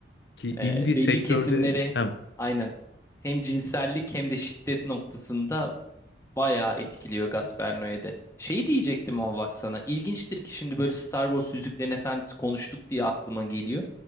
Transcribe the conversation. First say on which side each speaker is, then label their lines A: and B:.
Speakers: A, on the left; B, on the left.
A: Ki
B: E,
A: indie sektörde
B: belli kesimlere
A: hem
B: aynen hem cinsellik hem de şiddet noktasında Bayağı etkiliyor Gasperno'ya de. Şey diyecektim ama baksana. İlginçtir ki şimdi böyle Star Wars Yüzüklerin Efendisi konuştuk diye aklıma geliyor.